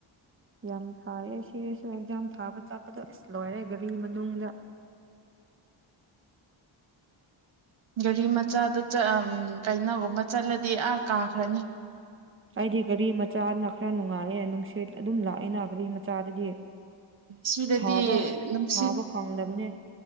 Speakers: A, on the right; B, on the right.
A: ꯌꯥꯝ ꯁꯥꯏꯌꯦ ꯁꯤꯔꯁꯨ ꯑꯦꯛꯖꯥꯝ ꯊꯥꯕ ꯆꯠꯄꯗꯣ ꯑꯁ ꯂꯣꯏꯔꯦ ꯒꯥꯔꯤ ꯃꯅꯨꯡꯗ
B: ꯒꯥꯔꯤ ꯃꯆꯥꯗ ꯀꯩꯅꯣꯒꯨꯝꯕ ꯆꯠꯂꯗꯤ ꯑꯥ ꯀꯥꯈ꯭ꯔꯅꯤ
A: ꯑꯩꯗꯤ ꯒꯥꯔꯤ ꯃꯆꯥꯅ ꯈꯔ ꯅꯨꯡꯉꯥꯏꯌꯦꯦ ꯅꯨꯡꯁꯤꯠ ꯑꯗꯨꯝ ꯂꯥꯛꯑꯦꯅ ꯒꯥꯔꯤ ꯃꯆꯥꯗꯗꯤ
B: ꯁꯤꯗꯗꯤ
A: ꯁꯥꯕ
B: ꯅꯨꯡꯁꯤꯠ
A: ꯁꯥꯕ ꯈꯪꯗꯝꯕꯅꯦ